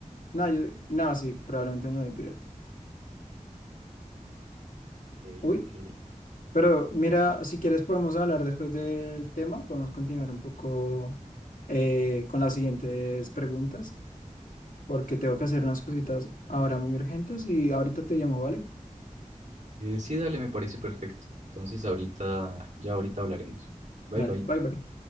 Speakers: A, on the left; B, on the right.
A: No, yo, no, sí, probablemente no vi pirata.
B: Ok,
A: Uy,
B: ok.
A: pero mira, si quieres podemos hablar después del tema, podemos continuar un poco eh, con las siguientes preguntas, porque tengo que hacer unas cositas ahora muy urgentes y ahorita te llamo, ¿vale?
B: Eh, sí, dale, me parece perfecto. Entonces ahorita, ya ahorita hablaremos. Bye
A: Dale,
B: bye.
A: bye bye.